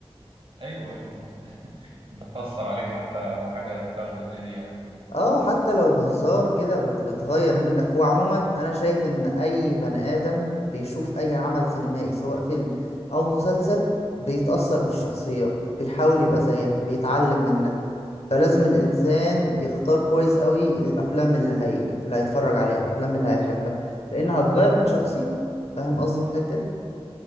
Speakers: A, on the right; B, on the left.
A: ايوه ايوه ايوه بتأثر عليك حتى لو حاجه تافهه زي دي يعني
B: اه حتى لو بهزار كده بت- بتغير منك هو عموما انا شايف ان اي بني ادم بيشوف اي عمل سينمائي سواء فيلم او مسلسل بيتأثر بالشخصيات بيحاول يبقى زيها بيتعلم منها فلازم الانسان يختار كويس قوي الافلام اللي هي... اللي هيتفرج عليها الافلام اللي هيحبها لانها هتغير من شخصيته فاهم قصدي في الحتة دي